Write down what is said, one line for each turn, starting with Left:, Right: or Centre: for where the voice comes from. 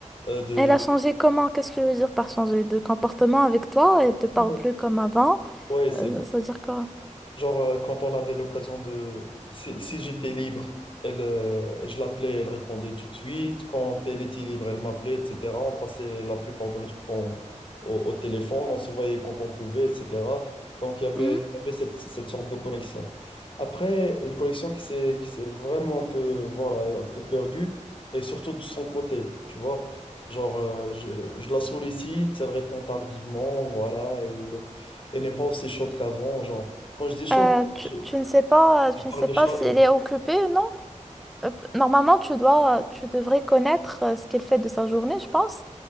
Left: euh, de...
Centre: Elle a changé comment? Qu'est-ce que tu veux dire par changer de comportement avec toi? Elle te parle
Left: Ouais,
Centre: plus comme avant?
Left: Ouais, c'est.
Centre: Euh, ça veut dire quoi?
Left: Genre, euh, quand on avait l'occasion de... Si, si j'étais libre, elle, euh, je l'appelais, elle répondait tout de suite. Quand elle était libre, elle m'appelait, etc. On passait la plupart de notre temps au, au téléphone, on se voyait quand on pouvait, etc. Donc, il y avait,
Centre: Mhm.
Left: il y avait cette, cette sorte de connexion. Après, une connexion qui s'est, qui s'est vraiment un peu, voilà, un peu perdue, et surtout de son côté, tu vois. Genre, euh, je, je la sollicite, elle répond tardivement, voilà, elle, elle n'est pas aussi chaude qu'avant, genre. Quand je dis chaud,
Centre: Euh, tu,
Left: je,
Centre: tu ne sais pas,
Left: je
Centre: tu ne
Left: parle
Centre: sais
Left: de
Centre: pas
Left: chaleur.
Centre: si elle est occupée, non? Hop. Normalement, tu dois, tu devrais connaître euh, ce qu'elle fait de sa journée, je pense.